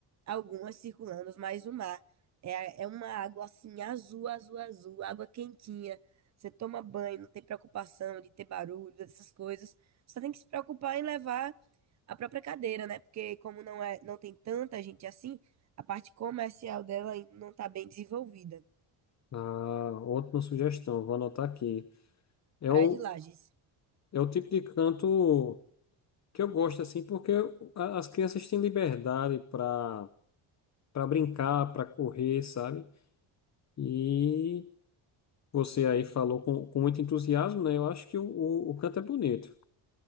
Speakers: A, on the right; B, on the left.
A: algumas circulando, mas o mar é, é uma água assim, azul, azul, azul, água quentinha. Você toma banho, não tem preocupação de ter barulho, dessas coisas. Só tem que se preocupar em levar a própria cadeira, né? Porque como não é, não tem tanta gente assim, a parte comercial dela ainda não está bem desenvolvida.
B: ah, ótima sugestão, vou anotar aqui. É
A: Praia
B: o,
A: de Lages.
B: é o tipo de canto. que eu gosto assim, porque a- as crianças têm liberdade para para brincar, para correr, sabe? E você aí falou com, com muito entusiasmo, né? Eu acho que o, o, o canto é bonito.